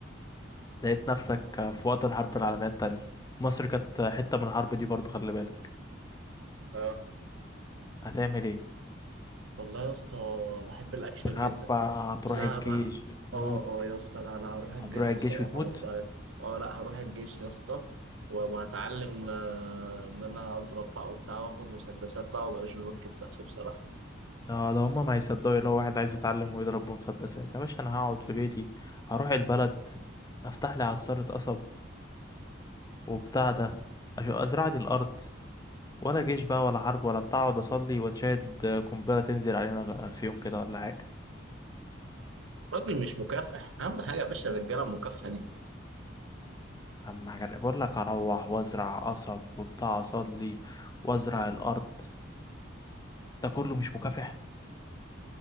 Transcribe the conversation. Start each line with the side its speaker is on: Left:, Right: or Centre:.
Left: لقيت نفسك في وقت الحرب العالمية التانية مصر كانت حتة من الحرب دي برضه خلي بالك
Right: اه
Left: هتعمل ايه
Right: والله يا اسطى بحب الاكشن
Left: استخبى
Right: جدا
Left: هتروح
Right: لا
Left: الجيش
Right: بقى
Left: وتموت
Right: اه اه يا اسطى لا لا هروح الجيش
Left: هتروح
Right: بصراحة
Left: الجيش وتموت
Right: والله اه لا هروح الجيش يا اسطى وهتعلم آه، ان انا اضرب بقى وبتاع واخد مسدسات بقى وابقى مش بنط في نفسي بصراحة
Left: اه ده هما ما هيصدقوا لو واحد عايز يتعلم ويضرب بمسدسات يا باشا انا هقعد في بيتي هروح البلد افتح لي عصارة قصب وبتاع ده أش- ازرع لي الارض ولا جيش بقى ولا حرب ولا بتاع اقعد اصلي واتشاهد قنبلة تنزل علينا بقى في يوم كده ولا حاجة
Right: راجل مش مكافح اهم حاجة يا باشا الرجالة المكافحة دي
Left: اما هجر- بقول لك اروح وازرع قصب وبتاع اصلي وازرع الارض ده كله مش مكافح